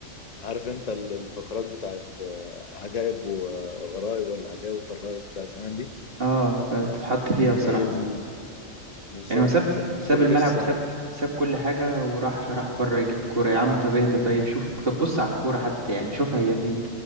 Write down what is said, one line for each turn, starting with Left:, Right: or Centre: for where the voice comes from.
Left: عارف انت ال- الفقرات بتاعت آه، عجائب وغرائب ولا عجائب وطرائب بتاع زمان دي
Right: اه فتتحط فيها بصراحة
Left: هي دي بالظبط
Right: يعني هو ساب
Left: يعني الكرة
Right: ساب الملعب
Left: لسه
Right: وساب ساب كل حاجة وراح راح بره يجيب الكورة يا عم طب اهدى طيب شوف طب بص على الكورة حتى يعني شوفها هي فين